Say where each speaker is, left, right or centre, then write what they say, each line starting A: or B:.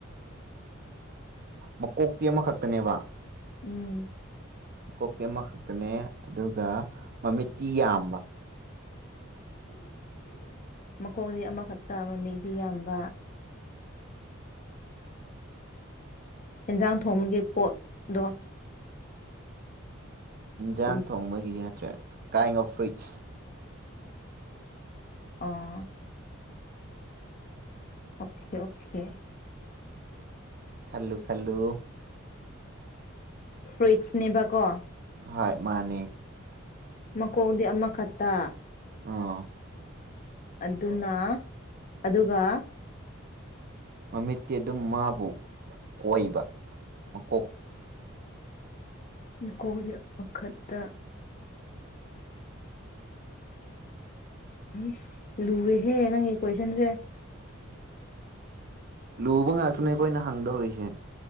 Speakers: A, on the right; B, on the left.
A: ꯃꯀꯣꯛꯇꯤ ꯑꯃꯈꯛꯇꯅꯦꯕ
B: ꯎꯝ
A: ꯀꯣꯛꯇꯤ ꯑꯃꯈꯛꯇꯅꯦ ꯑꯗꯨꯒ ꯃꯃꯤꯠꯇꯤ ꯌꯥꯝꯕ
B: ꯃꯈꯣꯡꯗꯤ ꯑꯃꯈꯛꯇ ꯃꯃꯤꯗꯤ ꯌꯥꯝꯕ ꯌꯦꯟꯖꯥꯡ ꯊꯣꯡꯕꯒꯤ ꯄꯣꯠꯗꯣ
A: ꯏꯟꯁꯥꯡ
B: ꯁꯨꯝ
A: ꯊꯣꯡꯕꯒꯤꯗꯤ ꯅꯠꯇ꯭ꯔꯦ ꯀꯥꯏꯟ ꯑꯣꯐ ꯐ꯭ꯔꯨꯏꯠꯁ
B: ꯑꯣ ꯑꯣꯀꯦ ꯑꯣꯀꯦ
A: ꯈꯜꯂꯨ ꯈꯜꯂꯨ
B: ꯐ꯭ꯔꯨꯏꯠꯁꯅꯦꯕꯀꯣ
A: ꯍꯣꯏ ꯃꯥꯅꯦ
B: ꯃꯀꯣꯡꯗꯤ ꯑꯃꯈꯛꯇ
A: ꯑꯣ
B: ꯑꯗꯨꯅ ꯑꯗꯨꯒ
A: ꯃꯃꯤꯠꯇꯤ ꯑꯗꯨꯝ ꯃꯥꯕꯨ ꯀꯣꯏꯕ ꯃꯀꯣꯛ
B: ꯃꯥꯀꯣꯛ ꯑꯃꯈꯛꯇ ꯑꯥꯏꯁ ꯂꯨꯔꯦꯍꯦ ꯅꯪꯒꯤ ꯀꯣꯏꯁꯟꯁꯦ
A: ꯂꯨꯕ ꯉꯥꯛꯇꯅꯦ ꯑꯩꯈꯣꯏꯅ ꯍꯪꯗꯧꯔꯤꯁꯦ